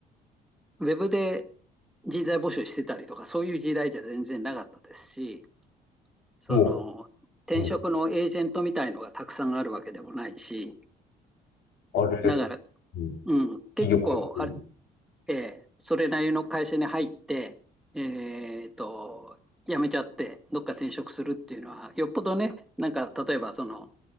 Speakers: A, in the centre; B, on the left (about 70°).
A: ウェブで人材募集してたりとか、そういう時代じゃ全然なかったですし、その、
B: も
A: 転職のエージェントみたいのがたくさんあるわけでもないし、
B: う、うん、あれです。
A: だから、
B: うん。
A: うん、結構あ、
B: 企業で。
A: えーそれなりの会社に入って、えーと、辞めちゃって、どっか転職するっていうのは、よっぽどね、なんか、例えば、その、